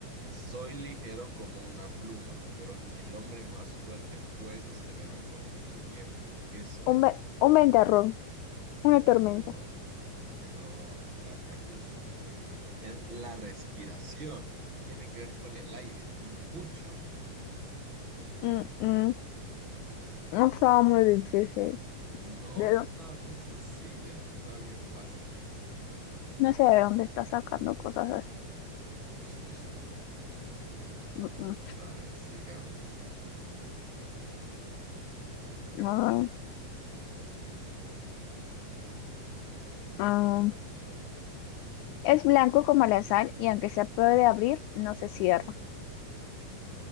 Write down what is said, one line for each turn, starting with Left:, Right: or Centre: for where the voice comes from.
Right: Soy ligero como una pluma, pero ni el hombre más fuerte puede sostenerme por mucho tiempo. ¿Qué soy?
Left: Un, ve- un ventarrón, una tormenta.
Right: No, no, ya perdiste. Es la respiración. Tiene que ver con el aire y mucho.
Left: Mm, mm, no estaba muy difícil.
Right: No,
Left: ¿De
Right: esa
Left: dó-
Right: estaba bien sencilla, está bien fácil.
Left: No sé de dónde está sacando cosas. así.
Right: <laughs>
Left: Mm, mm,
Right: A ver, sigamos.
Left: no, mm. Es blanco como la sal y aunque se puede abrir, no se cierra.